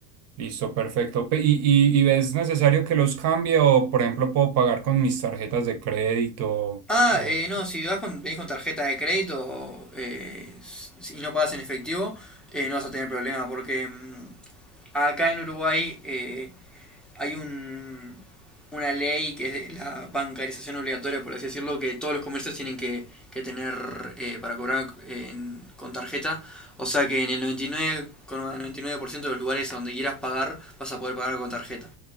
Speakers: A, on the right (about 35°); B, in the centre.
A: Listo, perfecto. Pe- ¿Y, y, y es necesario que los cambie o, por ejemplo, puedo pagar con mis tarjetas de crédito?
B: Ah,
A: O...
B: eh, no, si vas con, venís con tarjeta de crédito eh, s- y no pagas en efectivo, eh, no vas a tener problema, porque mm, acá en Uruguay eh, hay un, una ley que es de la bancarización obligatoria, por así decirlo, que todos los comercios tienen que, que tener eh, para cobrar eh, en- con tarjeta. O sea que en el noventa y nueve coma noventa y nueve por ciento de los lugares a donde quieras pagar, vas a poder pagar con tarjeta.